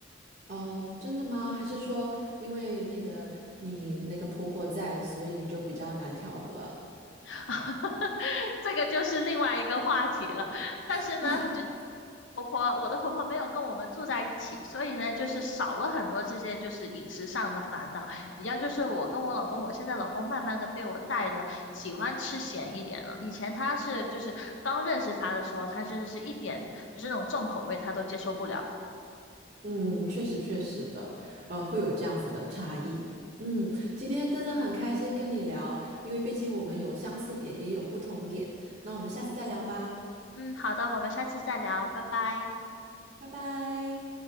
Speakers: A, on the right; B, on the left.
A: 哦，真的吗？还是说因为那个你那个婆婆在，所以就比较难调和？
B: <laughs> 这个就是另外一个话题了。但是呢，
A: <laughs>
B: 就婆婆，我的婆婆没有跟我们住在一起，所以呢，就是少了很多这些就是饮食上的烦恼。比较就是我跟我老公，我现在老公慢慢的被我带的喜欢吃咸一点了。以前他是就是刚认识他的时候，他真的是一点就是那种重口味他都接受不了。
A: 嗯，确实确实的，呃，会有这样子的差异。嗯，今天真的很开心跟你聊，因为毕竟我们有相似点，也有不同点。那我们下次再聊吧，
B: 嗯，好的，我们下次再聊，拜拜。
A: 拜拜。